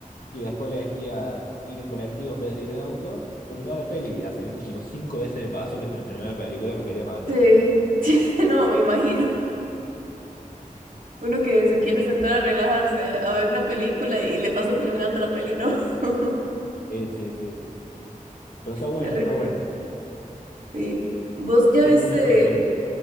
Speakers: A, on the left; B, on the right.
A: y después elegías ir en colectivo en vez de ir en auto, terminaba la peli. Y así, viste, como cinco veces me pasó que se me terminó la película y me quería matar.
B: Sí, <laughs> no, me imagino. Uno que se quiere sentar a relajarse, a ver una película y le pasa terminando la peli, ¿no? <laughs>
A: Sí, sí, sí. Pero está buena,
B: Terrible,
A: está buena.
B: sí. ¿Vos ya
A: Tiene
B: viste?
A: muchos finales.